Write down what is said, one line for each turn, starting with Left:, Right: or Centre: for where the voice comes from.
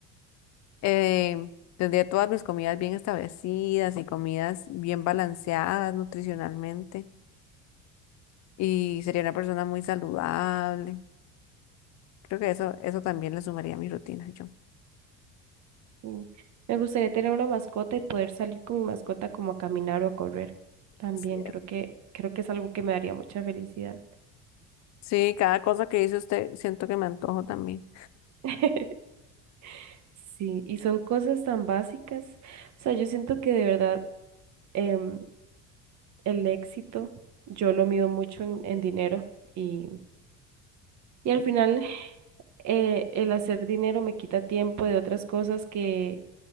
Left: Eh, tendría todas mis comidas bien establecidas y comidas bien balanceadas nutricionalmente. Y sería una persona muy saludable. Creo que eso, eso también le sumaría a mi rutina, yo.
Right: Mm. Me gustaría tener una mascota y poder salir con mi mascota como a caminar o a correr. También
Left: Es cierto.
Right: creo que creo que es algo que me daría mucha felicidad.
Left: Sí, cada cosa que dice usted, siento que me antojo también.
Right: <laughs> Sí, y son cosas tan básicas. O sea, yo siento que de verdad em, el éxito yo lo mido mucho en, en dinero y, y al final eh, el hacer dinero me quita tiempo de otras cosas que